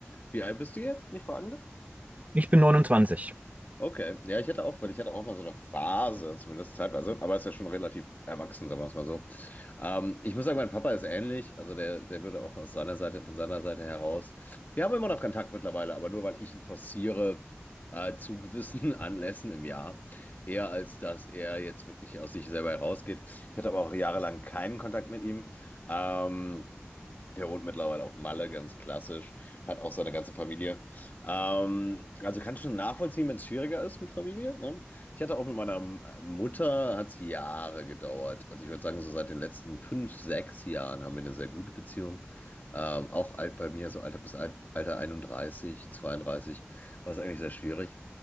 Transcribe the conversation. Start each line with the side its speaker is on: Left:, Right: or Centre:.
Left: Wie alt bist du jetzt, wenn ich fragen darf?
Right: Ich bin 29.
Left: Okay, ja, ich hatte auch, weil ich hatte auch mal so eine Phase, zumindest zeitweise, aber ist ja schon relativ erwachsen, sagen wir es mal so. Ähm, ich muss sagen, mein Papa ist ähnlich, also der, der würde auch aus seiner Seite, von seiner Seite heraus. Wir haben immer noch Kontakt mittlerweile, aber nur weil ich ihn forciere, äh, zu gewissen <laughs> Anlässen im Jahr, eher als dass er jetzt wirklich aus sich selber herausgeht. Ich hatte aber auch jahrelang keinen Kontakt mit ihm. Ähm, der wohnt mittlerweile auf Malle, ganz klassisch. Hat auch seine ganze Familie. Ähm, also kann schon nachvollziehen, wenn es schwieriger ist mit Familie. Ne? Ich hatte auch mit meiner Mutter, hat es Jahre gedauert. Also ich würde sagen, so seit den letzten fünf, sechs Jahren haben wir eine sehr gute Beziehung. Ähm, auch alt, bei mir so Alter bis Al- Alter 31, 32, war es eigentlich sehr schwierig.